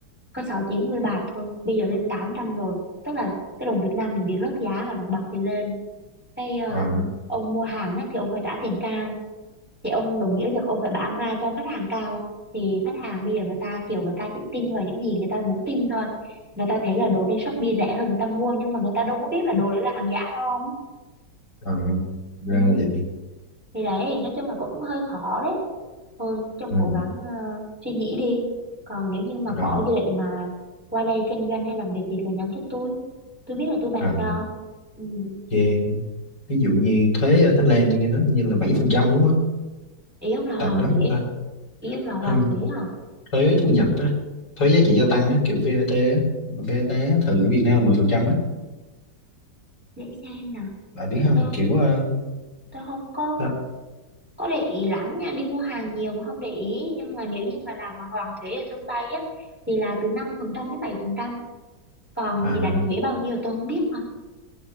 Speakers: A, in the centre; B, on the left (about 60°).
A: có sáu chín mươi bạc thôi bây giờ lên 800 rồi tức là cái đồng Việt Nam mình bị rớt giá và đồng bạc thì lên cái ờ,
B: à,
A: ông mua hàng á, thì ông phải trả tiền cao thì ông đồng nghĩa việc ông phải bán ra cho khách hàng cao thì khách hàng bây giờ người ta kiểu người ta chỉ tin vào những gì người ta muốn tin thôi người ta thấy là đồ trên Shopee rẻ hơn người ta mua nhưng mà người ta đâu có biết là đồ đấy là hàng giả đâu ông
B: à, ra
A: ừ.
B: là vậy
A: thì đấy nói chung là cũng hơi khó đấy thôi trông
B: ừ,
A: cố gắng ờ, suy nghĩ đi còn nếu như mà
B: à,
A: có dự định mà qua đây kinh doanh hay làm việc gì thì nhắn cho tôi tôi biết là tôi bày
B: à,
A: cho ừ.
B: yeah. ví dụ như thuế ở Thái Lan tôi nghe nói như là bảy phần trăm đúng không
A: ý ông là hoàng
B: tầm đó
A: thuế
B: chúng ta
A: ý ông là hoàng
B: không
A: thuế hả
B: thuế thu nhập á thuế giá trị gia tăng á kiểu VAT á VAT á thường ở Việt Nam là 10% á
A: để xem nào
B: bạn biết không
A: tôi
B: kiểu ờ,
A: tôi không có
B: đó,
A: có để ý lắm nha đi mua hàng nhiều mà không để ý nhưng mà nếu như mà làm mà hoàn thuế ở sân bay á thì là từ 5% đến bảy phần trăm còn
B: à,
A: bị đánh thuế bao nhiêu tôi không biết mà